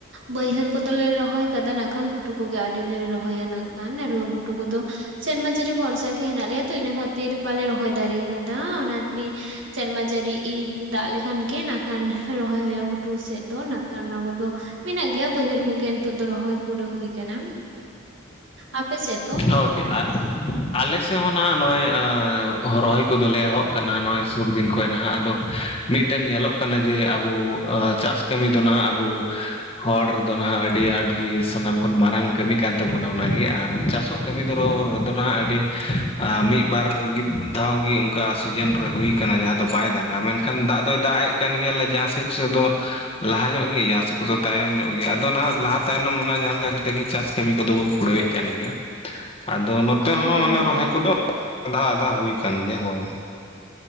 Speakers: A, on the right (about 60°); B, on the left (about 30°).
A: ᱵᱟᱹᱭᱦᱟᱹᱨ ᱠᱚᱫᱚᱞᱮ ᱨᱚᱦᱚᱭ ᱠᱟᱫᱟ ᱱᱟᱜ ᱠᱷᱟᱱ ᱜᱷᱩᱴᱩ ᱠᱚᱜᱮ ᱟᱣᱨᱤᱞᱮ ᱨᱚᱦᱚᱭᱟ ᱱᱟᱜ ᱠᱷᱟᱱ ᱟᱨ ᱜᱷᱩᱴᱩ ᱠᱚᱫᱚ ᱥᱮᱨᱢᱟᱡᱟᱹᱨᱤ ᱵᱷᱚᱨᱥᱟ ᱜᱮ ᱦᱮᱱᱟᱜ ᱞᱮᱭᱟ ᱛᱚ ᱤᱱᱟᱹ ᱠᱷᱟᱹᱛᱤᱨ ᱵᱟᱞᱮ ᱨᱚᱦᱚᱭ ᱫᱟᱲᱮᱭ ᱠᱟᱫᱟ ᱚᱱᱟᱛᱮ ᱥᱮᱨᱢᱟ ᱡᱟᱹᱨᱤ ᱤᱱ ᱫᱟᱜ ᱞᱮᱠᱷᱟᱱ ᱜᱮ ᱱᱟᱠᱷᱟᱱ ᱨᱚᱦᱚᱭ ᱦᱩᱭᱩᱜᱼᱟ ᱜᱷᱩᱴᱩ ᱥᱮᱫ ᱫᱚ ᱱᱟᱠᱷᱟᱱ ᱚᱱᱟ ᱠᱚᱫᱚ ᱢᱮᱱᱟᱜ ᱜᱮᱭᱟ ᱵᱟᱹᱭᱦᱟᱹᱨ ᱠᱚᱜᱮ ᱱᱤᱛᱚᱜ ᱫᱚ ᱨᱚᱦᱚᱭ ᱯᱩᱨᱟᱹ ᱦᱩᱭ ᱠᱟᱱᱟ᱾ ᱟᱯᱮ ᱥᱮᱫ ᱫᱚ?
B: <unintelligible> ᱟᱞᱮ ᱥᱮᱫ ᱦᱚᱸ ᱱᱟᱦᱟᱸᱜ ᱱᱚᱜᱼᱚᱭ ᱦᱚᱨᱚᱦᱚᱭ ᱠᱚᱫᱚᱞᱮ ᱮᱦᱚᱵ ᱠᱟᱱᱟ ᱱᱚᱜᱼᱚᱭ ᱥᱩᱨ ᱫᱤᱱ ᱠᱷᱚᱱ ᱱᱟᱦᱟᱸᱜ ᱟᱫᱚ ᱢᱤᱫᱴᱮᱱ ᱧᱮᱞᱚᱜ ᱠᱟᱱᱟ ᱡᱮ ᱟᱵᱚ ᱪᱟᱥ ᱠᱟᱹᱢᱤ ᱫᱚ ᱱᱦᱟᱸᱜ ᱟᱵᱚ ᱦᱚᱲ ᱨᱮᱫᱚ ᱱᱟᱦᱟᱸᱜ ᱟᱹᱰᱤ ᱟᱸᱴᱜᱤ ᱥᱟᱱᱟᱢ ᱠᱷᱚᱱ ᱢᱟᱨᱟᱝ ᱠᱟᱹᱢᱤ ᱠᱟᱱ ᱛᱟᱵᱚᱱᱟ ᱚᱱᱟᱜᱮ ᱟᱨ ᱪᱟᱥᱚᱜ ᱠᱟᱹᱢᱤ ᱫᱚᱨᱚ ᱨᱮᱫᱚ ᱱᱟᱦᱟᱸᱜ ᱟᱹᱰᱤ ᱢᱤᱫ ᱵᱟᱨ ᱢᱤᱫ ᱫᱷᱟᱣ ᱜᱮ ᱚᱱᱠᱟ ᱥᱤᱡᱤᱱ ᱨᱮ ᱦᱩᱭ ᱠᱟᱱᱟ ᱡᱟᱦᱟᱸ ᱫᱚ ᱵᱟᱭ ᱫᱟᱜᱟ ᱢᱮᱱᱠᱷᱟᱱ ᱫᱟᱜ ᱫᱚᱭ ᱫᱟᱜ ᱮᱫ ᱠᱟᱱ ᱜᱮᱭᱟᱞᱮ ᱡᱟᱦᱟᱸᱥᱮ ᱥᱚᱫᱚ ᱞᱟᱦᱟ ᱧᱚᱜ ᱜᱮ ᱡᱟᱦᱟᱸ ᱥᱮ ᱠᱚ ᱛᱟᱭᱚᱢ ᱧᱚᱜ ᱜᱮᱭᱟ ᱟᱫᱚ ᱱᱟᱦᱟᱸᱜ ᱞᱟᱦᱟ ᱛᱟᱭᱱᱚᱢ ᱚᱱᱟ ᱡᱟᱦᱟᱸ ᱞᱮᱠᱟ ᱠᱟᱛᱮ ᱜᱮ ᱪᱟᱥ ᱠᱟᱹᱢᱤ ᱠᱚᱫᱚ ᱵᱚᱱ ᱠᱩᱲᱟᱹᱣᱮᱫ ᱠᱟᱱ ᱜᱮᱭᱟ᱾ ᱟᱫᱚ ᱱᱚᱛᱮ
A: ᱚ
B: ᱦᱚᱸ
A: ᱦᱮᱸ
B: ᱚᱱᱮ
A: ᱦᱮᱸ
B: ᱨᱚᱦᱚᱭ ᱠᱚᱫᱚ ᱟᱫᱷᱟ ᱟᱫᱷᱟ ᱦᱩᱭ ᱠᱟᱱ ᱜᱮᱭᱟ ᱦᱳᱭ᱾